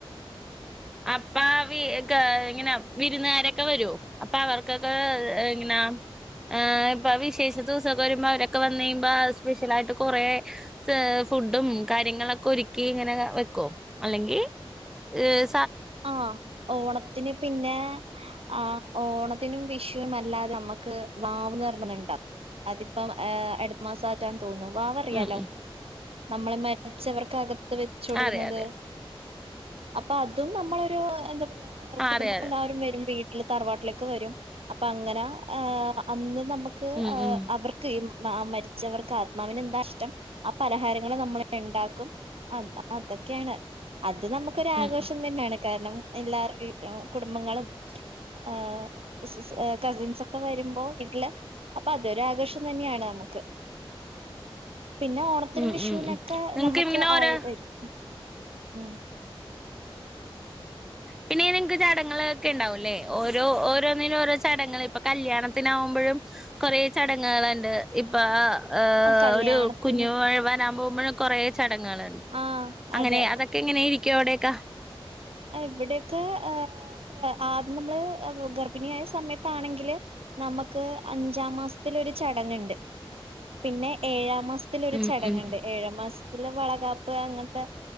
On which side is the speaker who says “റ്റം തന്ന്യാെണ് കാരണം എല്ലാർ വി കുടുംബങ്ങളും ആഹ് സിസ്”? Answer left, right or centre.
Right